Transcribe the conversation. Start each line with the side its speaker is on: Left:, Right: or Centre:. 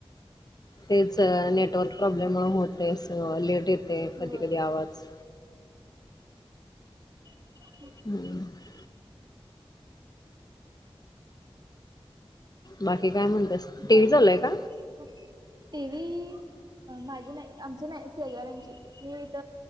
Left: तेच नेटवर्क प्रॉब्लेम मुळं होत ते असं लेट येतेय कधी
Right: होय
Left: कधी आवाज
Right: <inaudible>
Left: हम्म बाकी काय म्हणतेस टी
Right: काय
Left: व्ही चालू
Right: <inaudible>
Left: आहे का?
Right: टी व्ही माझी नायी आमची नायी शेजार्यांची. मी हित